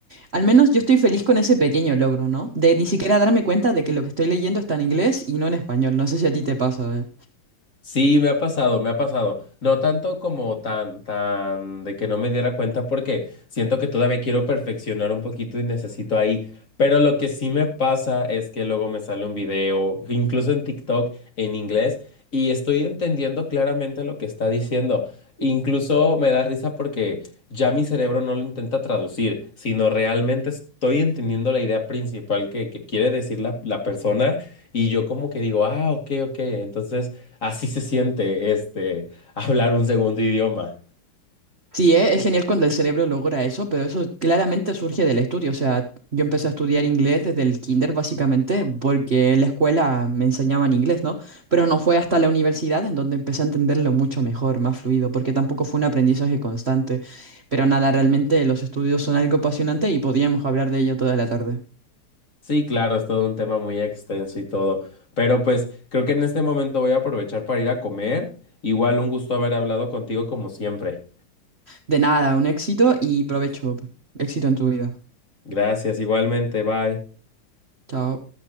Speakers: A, on the right (about 40°); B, on the left (about 40°).
A: al menos yo estoy feliz con ese pequeño logro, ¿no? De ni siquiera darme cuenta de que lo que estoy leyendo está en inglés y no en español. No sé si a ti te pasa, ¿eh?
B: Sí, me ha pasado, me ha pasado. No tanto como tan, tan de que no me diera cuenta porque siento que todavía quiero perfeccionar un poquito y necesito ahí. Pero lo que sí me pasa es que luego me sale un video, incluso en TikTok, en inglés, y estoy entendiendo claramente lo que está diciendo. Incluso me da risa porque ya mi cerebro no lo intenta traducir, sino realmente estoy entendiendo la idea principal que, que quiere decir la, la persona y yo como que digo, ah, ok, ok. Entonces... Así se siente, este, <laughs> hablar un segundo idioma.
A: Sí, eh, es genial cuando el cerebro logra eso, pero eso claramente surge del estudio. O sea, yo empecé a estudiar inglés desde el kinder, básicamente, porque en la escuela me enseñaban inglés, ¿no? Pero no fue hasta la universidad en donde empecé a entenderlo mucho mejor, más fluido, porque tampoco fue un aprendizaje constante. Pero nada, realmente los estudios son algo apasionante y podíamos hablar de ello toda la tarde.
B: Sí, claro, es todo un tema muy extenso y todo, pero pues creo que en este momento voy a aprovechar para ir a comer. Igual un gusto haber hablado contigo como siempre.
A: De nada, un éxito y provecho. Éxito en tu vida.
B: Gracias, igualmente, bye.
A: Chao.